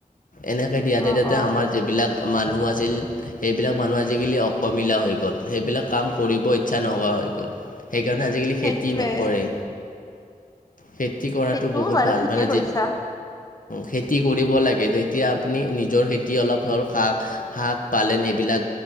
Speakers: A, on the left; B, on the left.
A: এনেকে দিয়াতে
B: অ
A: তাতে
B: অ
A: আমাৰ যিবিলাক মানুহ আছিল। এইবিলাক মানুহ আজিকালি অকমিলা হৈ গ'ল সেইবিলাক কাম কৰিব ইচ্ছা নোহোৱা হৈ গ'ল। সেইকাৰণে আজিকালি
B: সেইটোৱে
A: খেতি নকৰে। খেতি কৰাটো
B: সেইটো
A: বহুত
B: বাৰু
A: ভাল
B: ঠিকে
A: মানে
B: কৈছা
A: যে খেতি কৰিব লাগে, যেতিয়া আপুনি নিজৰ খেতি অলপ হওক শ শাক পালেং বিলাক